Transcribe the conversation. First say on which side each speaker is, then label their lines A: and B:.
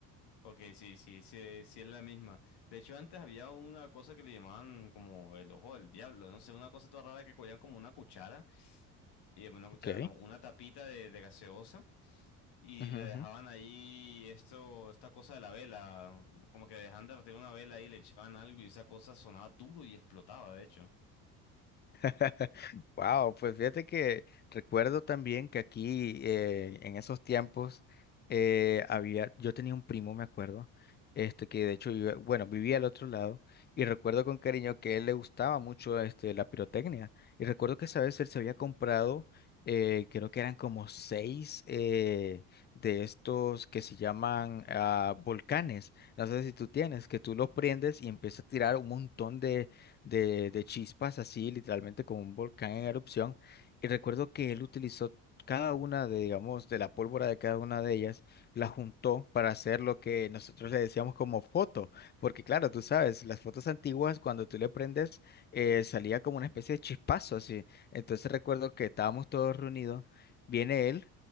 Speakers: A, on the left; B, on the left.
A: Ok, sí, sí, sí, sí es la misma. De hecho, antes había una cosa que le llamaban como el ojo del diablo, no sé, una cosa toda rara que cogían como una cuchara, y eh, una cuchara
B: Ok.
A: no, una tapita de, de gaseosa, y
B: ujú,
A: le dejaban
B: ujú.
A: ahí esto, esta cosa de la vela, como que dejaban de retirar una vela ahí, le echaban algo y esa cosa sonaba duro y explotaba, de hecho.
B: <laughs> Wow, pues fíjate que recuerdo también que aquí eh, en esos tiempos eh, había, yo tenía un primo, me acuerdo, este que de hecho vivía, bueno, vivía al otro lado y recuerdo con cariño que a él le gustaba mucho este la pirotecnia y recuerdo que esa vez él se había comprado eh, creo que eran como seis eh, de estos que se llaman ah, volcanes, no sé si tú tienes, que tú los prendes y empiezas a tirar un montón de, de chispas, así literalmente como un volcán en erupción. Y recuerdo que él utilizó cada una de, digamos, de la pólvora de cada una de ellas, la juntó para hacer lo que nosotros le decíamos como foto. Porque claro, tú sabes, las fotos antiguas, cuando tú le prendes, eh, salía como una especie de chispazo así. Entonces recuerdo que estábamos todos reunidos, viene él.